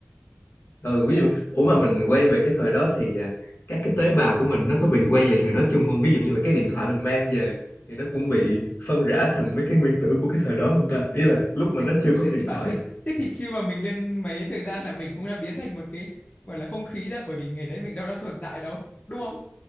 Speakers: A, on the left; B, on the left.
A: ừ ví dụ ủa mà mình quay về cái thời đó thì à, các cái tế bào của mình nó có bị quay về thời đó chung không ví dụ như là cái điện thoại mình mang về thì nó cũng bị phân rã thành mấy cái nguyên tử của cái thời đó không ta ý là lúc mà
B: Ê,
A: nó chưa có
B: thế
A: điện
B: thì bản
A: thoại
B: thân thế thì khi mà mình lên mấy thời gian là mình cũng đã biến thành một cái gọi là không khí ra bởi vì ngày đấy mình đâu đã tồn tại đâu đúng không